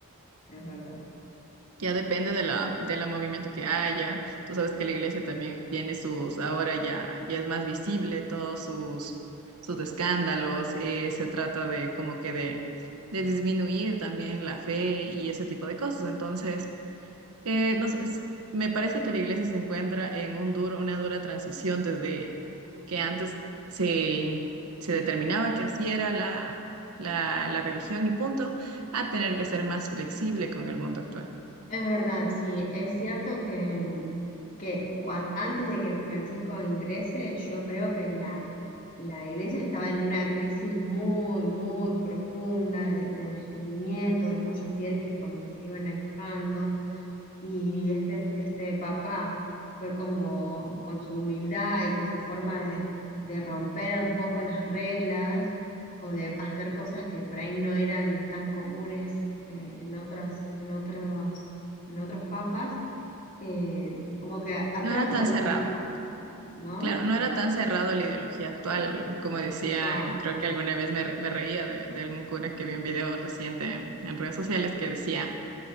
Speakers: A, on the left (about 35°); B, on the right (about 80°).
A: es verdad.
B: Ya depende de la, de la movimiento que haya. Tú sabes que la iglesia también tiene sus, ahora ya, ya es más visible todos sus, sus escándalos. eh, se trata de como que de, de disminuir también la fe y ese tipo de cosas. Entonces, eh, no sé, es- me parece que la iglesia se encuentra en un duro, una dura transición desde que antes se, se determinaba que así era la, la, la religión y punto, a tener que ser más flexible con el mundo actual.
A: Es verdad, sí, es cierto que, mm, que cuan- antes de que Francisco ingrese, yo creo que la, la iglesia estaba en una crisis muy, muy profunda de, de descreimiento, de muchos fieles que como que se iban alejando. Y este, este papá fue como con su humildad y con su forma de, de romper un poco las reglas o de hacer cosas que por ahí no eran tan comunes eh, en otras, en otros, en otros papas, eh, como que atrajo
B: No era tan
A: la
B: cerrado,
A: admiración, ¿no?
B: claro, no era tan cerrado la ideología actual, como decía,
A: Guau.
B: y
A: <laughs>
B: creo que alguna vez me, me reía de, de algún cura que vi un video reciente en redes sociales que decía,